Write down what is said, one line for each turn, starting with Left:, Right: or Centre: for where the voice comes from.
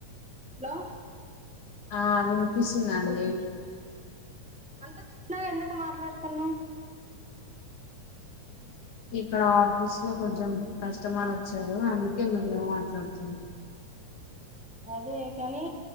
Centre: హలో
Left: ఆ వినిపిస్తుందండి
Centre: అంత చిన్నగా ఎందుకు మాట్లాడుతున్నా?
Left: ఇక్కడ ఆఫీస్ లో కొంచెం కస్టమర్ వచ్చారు అందుకే మెల్లగా మాట్లాడుతు ఉమ్
Centre: అదే కాని